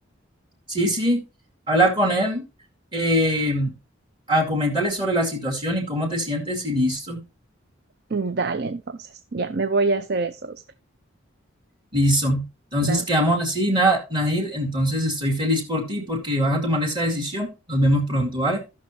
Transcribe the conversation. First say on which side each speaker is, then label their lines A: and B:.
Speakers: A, on the right (about 25°); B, on the right (about 55°).
A: Sí, sí, habla con él, eh, a, coméntale sobre la situación y cómo te sientes y listo,
B: Dale, entonces, ya, me voy a hacer eso, Oscar.
A: listo. Entonces,
B: Dale,
A: quedamos así, nada, Nahir, entonces estoy feliz por ti porque vas a tomar esa decisión. Nos vemos pronto, ¿vale?